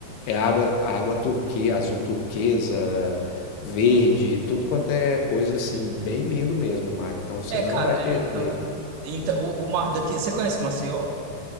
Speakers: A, on the left; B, on the right.
A: é água, água turquesa, azul turquesa, verde, tudo quanto é coisa assim, bem lindo mesmo o mar. Então você
B: É,
A: não
B: cara,
A: vai perder.
B: é, então, então o, o mar daqui, você conhece Maceió?